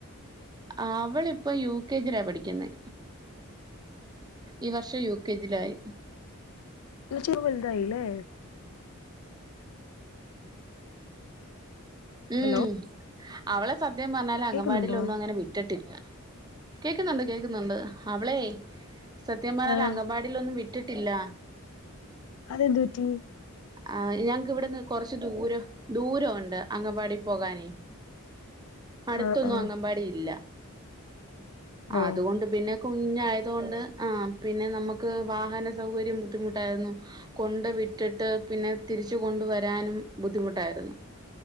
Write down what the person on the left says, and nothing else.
ഇ <unintelligible> വൽതായി ലെ
ഹലോ
കേക്കുന്നുണ്ടോ
ആഹ്
അതെന്തു പറ്റി
ആഹ് ആഹ്
ആഹ്